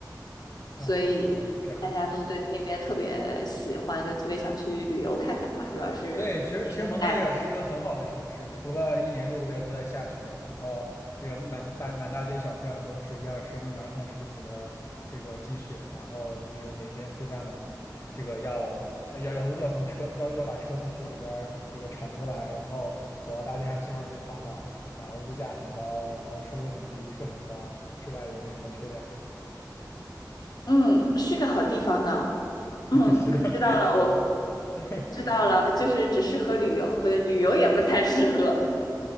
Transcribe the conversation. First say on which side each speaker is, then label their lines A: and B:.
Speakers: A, on the left; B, on the left.
A: 哦，
B: 所以大家都对那边特别喜欢，
A: 原来是这样子。
B: 就特别想去旅游看看嘛。主要是，
A: 对，其实其实蒙特利尔是一个很好的城市，
B: 哎，
A: 除了一年六个月都在下雪，然后这个满大满大街小巷都是一二十厘米、二三十厘米的这个积雪，然后这个你每天出家门，这个要呃要要要从车要要把车从雪里边儿这个铲出来，然后走到大街上经常容易滑倒，然后物价很高，然后收入很低，税很高，之外也没什么缺点了。
B: 嗯，是个好地方呢。嗯，
A: <laughs> 是的。
B: 知道了，我
A: <laughs>
B: 知道了，就是只适合旅游，不对，旅游也不太适合。